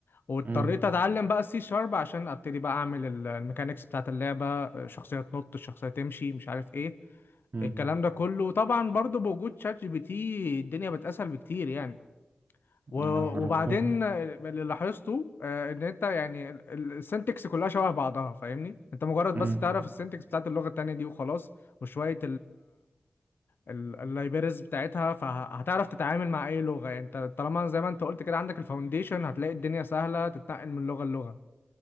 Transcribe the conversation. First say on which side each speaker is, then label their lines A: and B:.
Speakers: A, on the left; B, on the right.
A: واضطريت
B: امم
A: اتعلم بقى السي شارب عشان ابتدي بقى اعمل ال- الميكانيكس بتاعت اللعبة آه، شخصية تنط شخصية تمشي مش عارف ايه
B: امم
A: الكلام ده كله طبعا برضو بوجود شات جي بي تي الدنيا بتسهل بكتير يعني و-
B: انا جربتها
A: وبعدين اللي لاحظته آه، ان انت يعني ال- ال- السنتكس كلها شبه بعضها فاهمني انت مجرد
B: امم
A: بس تعرف السنتكس بتاعت اللغة التانية دي وخلاص وشوية اللايبرز بتاعتها فهتعرف تتعامل مع اي لغة يعني انت طالما زي ما انت قلت كده عندك الفاونديشن هتلاقي الدنيا سهلة تتنقل من لغة للغة